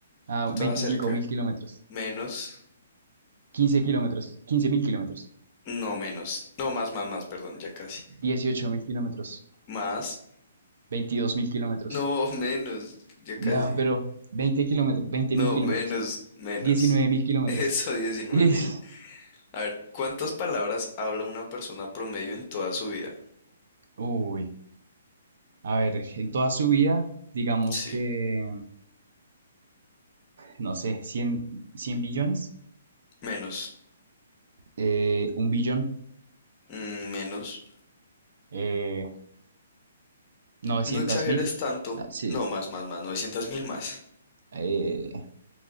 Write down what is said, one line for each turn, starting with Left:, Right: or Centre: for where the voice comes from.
Right: Ah,
Left: Estaba
Right: veinticinco
Left: cerca.
Right: mil kilómetros.
Left: Menos.
Right: 15 kilómetros. quince mil kilómetros.
Left: No, menos. No, más, más, más, perdón, ya casi.
Right: dieciocho mil kilómetros.
Left: Más.
Right: veintidós mil kilómetros.
Left: No, <laughs> menos. Ya
Right: No,
Left: casi.
Right: pero 20 kilómetros, veinte
Left: No,
Right: mil kilómetros,
Left: menos, menos.
Right: diecinueve mil kilómetros.
Left: <laughs> Eso, diecinueve
Right: Ish,
Left: mil. A ver, ¿cuántas palabras habla una persona promedio en toda su vida?
Right: Uy, a ver, en toda su vida, digamos
Left: Sí,
Right: que, no sé, 100, 100 billones,
Left: menos,
Right: eh, un billón,
Left: Mm, menos.
Right: eh, 900
Left: No exageres
Right: mil,
Left: tanto.
Right: ah, sí,
Left: No, más, más, más, 900 mil más.
Right: eh,